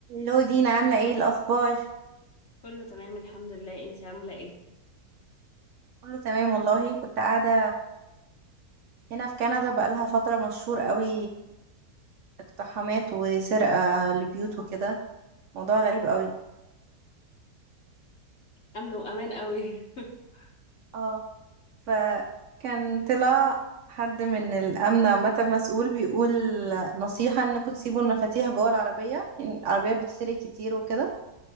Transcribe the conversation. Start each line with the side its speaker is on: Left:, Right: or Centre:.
Right: لو دينا عاملة ايه الأخبار؟
Left: كله تمام الحمد لله انتي عاملة ايه؟
Right: كله تمام والله كنت قاعدة هنا في كندا بقالها فترة مشهور قوي اقتحامات وسرقة لبيوت
Left: أوه.
Right: وكده موضوع غريب قوي
Left: أمن وأمان قوي <laughs>
Right: اه فكان طلع حد من الأمن عامة مسؤول بيقول نصيحة انكم تسيبوا المفاتيح جوه العربية إن العربية بتسرق كتير وكده